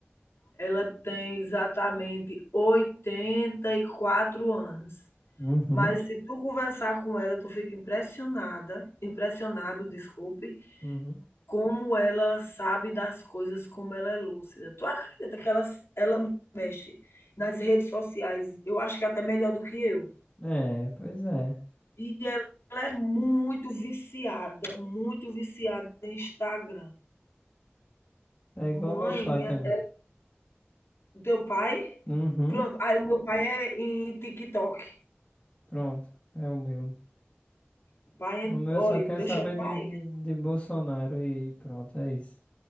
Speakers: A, on the left; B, on the left.
A: Ela tem exatamente 84 anos.
B: Uhum.
A: Mas se tu conversar com ela, tu fica impressionada, impressionado, desculpe,
B: Uhum.
A: como ela sabe das coisas, como ela é lúcida. Tu acredita que ela, ela mexe nas redes sociais, eu acho que até melhor do que eu.
B: É, pois é.
A: E ela ela é muito viciada, muito viciada em Instagram.
B: Tá igual
A: Mãe,
B: meu pai
A: minha-
B: também.
A: teu pai?
B: Uhum.
A: Pronto, aí o meu pai é em TikTok.
B: Pronto. É o meu.
A: O Pai
B: O
A: é
B: meu
A: olha,
B: só quer
A: eu
B: saber
A: chamo pai.
B: de, de, de Bolsonaro e pronto, é isso.